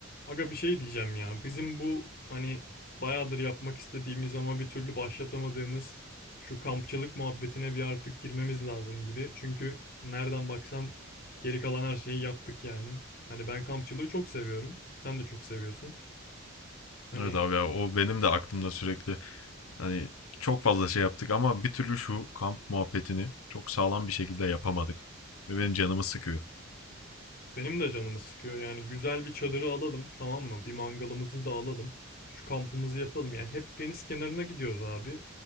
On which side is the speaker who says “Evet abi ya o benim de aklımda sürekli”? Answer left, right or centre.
Left